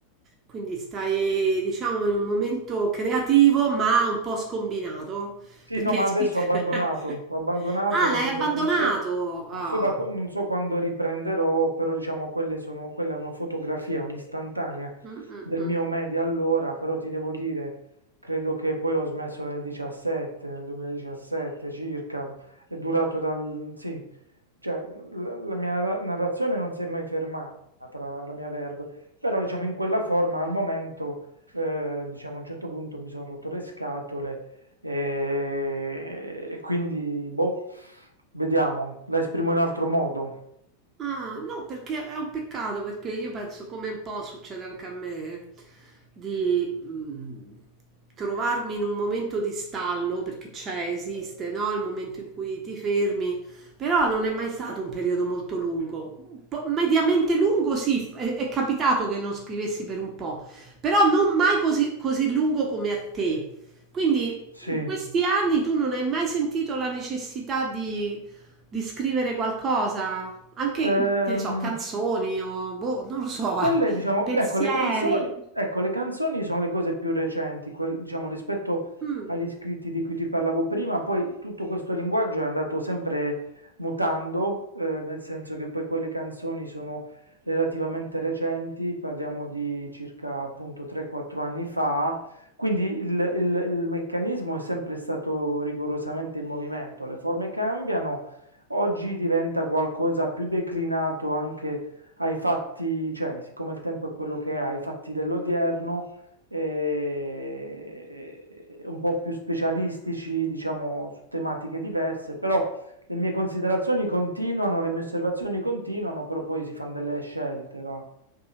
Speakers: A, on the right; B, on the right.
A: Quindi stai, diciamo, in un momento creativo, ma un po' scombinato,
B: Sì,
A: perché
B: no, ma
A: hai
B: adesso
A: scritto...
B: ho
A: <laughs>
B: abbandonato, ho abbandonato
A: Ah,
B: nel
A: l'hai
B: senso
A: abbandonato!
B: che non so,
A: Ah.
B: non so, da, qu- non so quando riprenderò, però diciamo quelle sono, quella è una fotografia, un'istantanea
A: Mm, mm,
B: del
A: mm.
B: mio media allora, però ti devo dire, credo che poi ho smesso nel 17, nel 2017 circa, è durato dal, sì, cioè la, la mia narra- narrazione non si è mai fermata, la mia verve, però diciamo in quella forma al momento, eh, diciamo a un certo punto mi sono rotto le scatole e, e quindi, boh, vediamo, la esprimo in altro modo,
A: Ah, no, perché è un peccato, perché io penso, come un po' succede anche a me, di mh, trovarmi in un momento di stallo, perché c'è, esiste, no? Il momento in cui ti fermi, però non è mai stato un periodo molto lungo. Un po' mediamente lungo, sì, è, è capitato che non scrivessi per un po', però non mai così, così lungo come a te. Quindi
B: sì.
A: in questi anni tu non hai mai sentito la necessità di di scrivere qualcosa? Anche,
B: Ehm,
A: che ne so, canzoni o boh, non lo so,
B: Quelle,
A: eh, <laughs>
B: diciamo,
A: pensieri.
B: ecco, le canzoni, ecco, le canzoni sono le cose più recenti, quel- diciamo, rispetto
A: Mh,
B: agli scritti di cui ti parlavo prima, poi tutto questo linguaggio è andato sempre mutando, eh, nel senso che poi quelle canzoni sono relativamente recenti, parliamo di circa appunto 3-4 anni fa, quindi il, il il meccanismo è sempre stato rigorosamente in movimento, le forme cambiano, oggi diventa qualcosa più declinato anche ai fatti, cioè, siccome il tempo è quello che è, ai fatti dell'odierno, eh, un po' più specialistici, diciamo, su tematiche diverse, però le mie considerazioni continuano, le mie osservazioni continuano, però poi si fanno delle scelte, va.